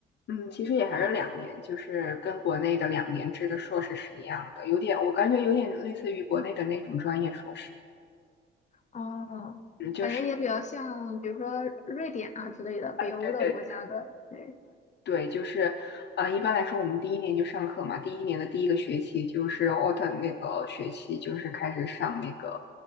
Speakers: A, on the left (about 60°); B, on the left (about 35°).
A: 嗯，其实也还是两年，就是跟国内的两年制的硕士是一样的，有点我感觉有点类似于国内的那种专业硕士。
B: 哦，
A: 嗯，就是
B: 感觉也比较像比如说瑞典啊之类的北欧的国家的，
A: 对对
B: 对。
A: 对，就是，呃，一般来说，我们第一年就上课嘛，第一年的第一个学期就是 autumn 那个学期，就是开始上那个